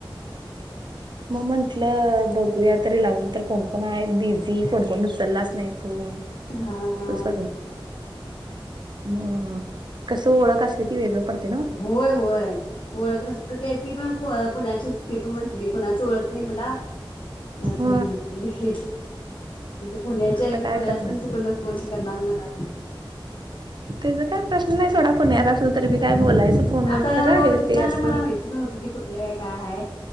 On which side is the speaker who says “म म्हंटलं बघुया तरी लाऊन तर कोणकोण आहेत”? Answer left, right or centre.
Right